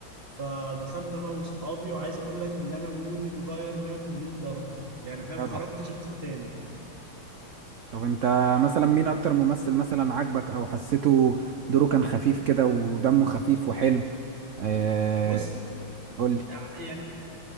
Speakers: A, on the right; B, on the right.
A: فدخلت انا واصحابي وعايز اقول لك ان انا مودي اتغير 180 درجه يعني فاهم
B: جدع
A: خرجت شخص تاني
B: طب انت مثلا مين اكتر ممثل مثلا عاجبك او حسيته دوره كان خفيف كده ودمه خفيف وحلو آه
A: بص
B: قول لي
A: يعني